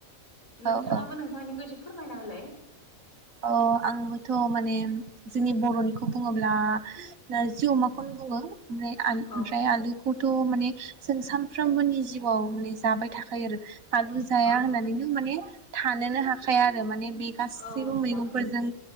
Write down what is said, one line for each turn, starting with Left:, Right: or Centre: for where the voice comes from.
Left: नोंथाङाबो
Right: औ औ
Left: नोंथांनिखौ एसे फोरमायना होलाय
Right: अ आंबोथ' माने जोंनि बर'निखौ बुङोब्ला नारजि अमाखौनो बुङो ‌। ओमफ्राय आल
Left: औ
Right: ओमफ्राय आलुखौथ' माने जों सानफ्रोमबोनि जिउआव माने जाबाय थाखायो आरो। आलु जाया
Left: औ
Right: होननानैनो माने थानोनो हाखाया आरो माने बे गासैबो
Left: औ नोंथां
Right: मैगंफोरजों